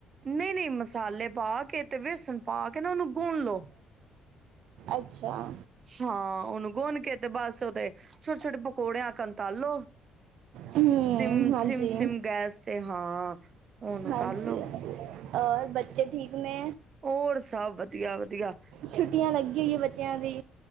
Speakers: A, on the right; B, on the right.
A: ਨਹੀਂ ਨਹੀਂ ਮਸਾਲੇ ਪਾ ਕੇ ਤੇ ਵੇਸਣ ਪਾ ਕੇ ਕਹਿ ਉਹਨੂੰ ਪੂਣ ਲੋ
B: ਅੱਛਾ
A: ਹਾਂ ਉਹਨੂੰ ਗੁੰਨ ਕੇ ਤੇ ਬਸ ਤੇ ਛੋਟੇ ਛੋਟੇ ਪਕੌੜਿਆਂ ਕੰਣ ਤਾਲੋ ਸਿਮ
B: ਹੂੰ ਹਾਂਜੀ
A: ਸਿਮ ਸਿਮ ਗੈਸ ਤੇ ਹਾਂ ਉਹਨੂੰ
B: ਹਾਂਜੀ
A: ਤਾਲੋ
B: ਹਾਂਜੀ ਔਰ ਬੱਚੇ ਠੀਕ ਨੇ
A: ਹੋਰ ਸਭ ਵਧੀਆ ਵਧੀਆ
B: ਛੁੱਟੀਆਂ ਲੱਗੀ ਹੋਈ ਹੈ ਬੱਚਿਆਂ ਦੀ